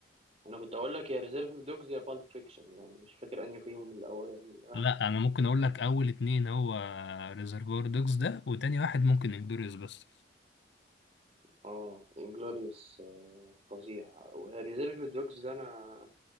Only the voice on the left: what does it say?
لا أنا ممكن أقول لك أول اتنين هو ريزرفوار دوجز ده وتاني واحد ممكن انجلوريوس باسترز